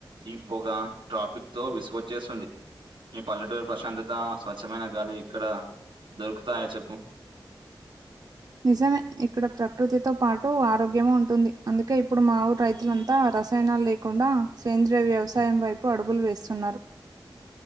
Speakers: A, on the right; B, on the right.
A: ఈ పోగ ట్రాఫిక్ తో విసుగొచ్చేస్తుంది ఈ పల్లెటూరు ప్రశాంతత స్వచ్ఛమైన గాలి ఇక్కడ దొరుకుతాయ చెప్పు <inaudible>
B: నిజమే ఇప్పుడు ప్రకృతితో పాటు ఆరోగ్యము ఉంటుంది అందుకే ఇప్పుడు మా ఊరు రైతులంతా రసాయనాలు లేకుండా సేంద్రియ వ్యవసాయం వైపు అడుగులు వేస్తున్నారు
A: <inaudible>